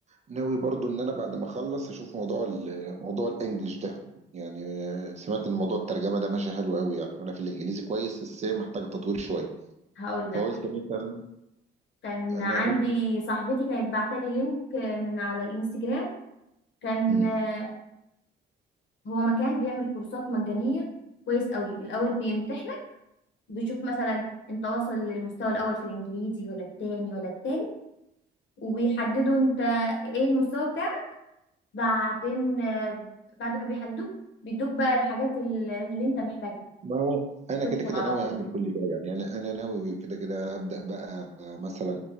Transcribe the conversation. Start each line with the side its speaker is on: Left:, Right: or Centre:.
Right: ناوي برضو ان انا بعد ما اخلص هشوف موضوع ال- موضوع الانجليش ده يعني آه، سمعت ان موضوع الترجمه ده ماشي حلو قوي يعني انا في الانجليزي كويس بس هي محتاج تطوير شويه
Left: لك
Right: فقلت مثلا
Left: كان
Right: انا
Left: عندي
Right: قلت
Left: صاحبتي كانت بعتلي لينك آه، من على الانستجرام كان
Right: مم.
Left: آه، هو مكان بيعمل كورسات مجانية كويس قوي الاول بيمتحنك بيشوف مثلا انت واصل للمستوى الاول في الانجليزي ولا التاني ولا التالت وبيحددوا انت ايه المستوى بتاعك بعدين آه، بعد ما بيحدوك بيدوك بقى الحاجات ال- اللي انت محتاجها
Right: ما هو انا
Left: تدخل
Right: كده كده
Left: على
Right: ناوي
Left: طول
Right: اعمل كل ده يعني انا انا ناوي كده كده ابدا بقى مثلا